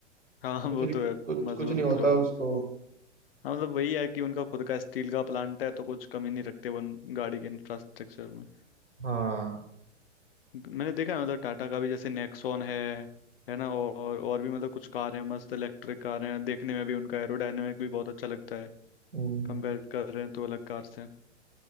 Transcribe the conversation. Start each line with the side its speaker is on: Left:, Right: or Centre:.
Left: हाँ
Right: कुछ
Left: वो
Right: नहीं
Left: तो है
Right: कुछ
Left: मजबूत
Right: कुछ नहीं होता
Left: लोहा
Right: उसको
Left: हाँ मतलब वही है कि उनका खुद का स्टील का प्लांट है तो कुछ कमी नहीं रखते वो उन गाड़ी के इंफ्रास्ट्रक्चर में
Right: हाँ
Left: मैंने देखा है मतलब टाटा का भी जैसे नेक्सॉन है है ना और और भी मतलब कुछ कार हैं मस्त इलेक्ट्रिक कार हैं देखने में भी उनका एरोडायनेमिक भी बहुत अच्छा लगता है
Right: हम्म
Left: कंपेयर कर रहे हैं तो अलग कार से